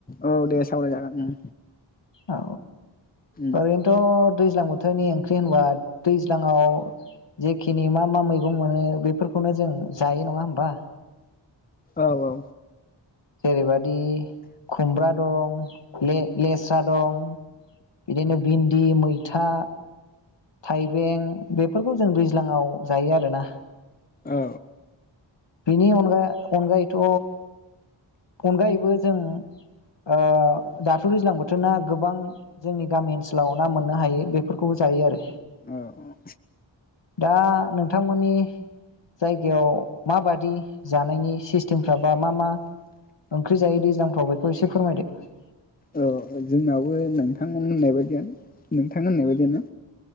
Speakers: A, on the left; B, on the left.
A: औ दे सावरायजागोन उम।
B: औ
A: उम
B: औरैनोथ' दैज्लां बोथोरनि ओंख्रि होनबा दैज्लाङाव जेखिनि मा मा मैगं मोनो बेफोरखौनो जों जायो नङा होमबा?
A: औ औ।
B: जेरैबा दि खुमब्रा दं ले-लेस्रा दं बिदिनो बिन दि, मैथा थाइबें बेफोरखौ जों दैज्लांआव जायो आरोना।
A: औ
B: बेनि अनगा अनगायैथ' थ' अनगायैबो जों ओ दाथ' दैज्लां बोथोरना गोबां जोंनि गामि ओनसोलाव ना मोननो हायो। बेफोरखौबो जायो आरो।
A: ओ अह।
B: दा नोंथांमोननि जायगायाव माबादि जानायनि सिस्टेमफ्रा बा मा-मा ओंख्रि जायो दैज्लां फ्राव बेखौ एसे फोरमायदो। <unintelligible>
A: औ ओ जोंनाबो नोंथां होननाय बायदियानो-नोंथां होननाय बायदियानो